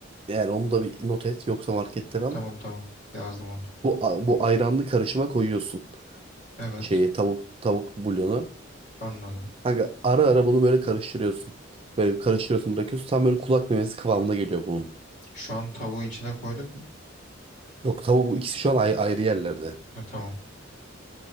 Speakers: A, on the right; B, on the left.
A: yani onu da bir not et yoksa marketten al.
B: Tamam tamam. Yazdım onu.
A: Bu, bu ayranlı karışıma koyuyorsun
B: Evet.
A: şeyi tavuk tavuk bulyonu.
B: Anladım.
A: Kanka ara ara bunu böyle karıştırıyorsun. Böyle karıştırıyorsun bırakıyorsun. Tam böyle kulak memesi kıvamına geliyor bunun.
B: Şu an tavuğu içine koyduk mu?
A: Yok tavuk bu ikisi şu an ay- ayrı yerlerde.
B: Ha, tamam.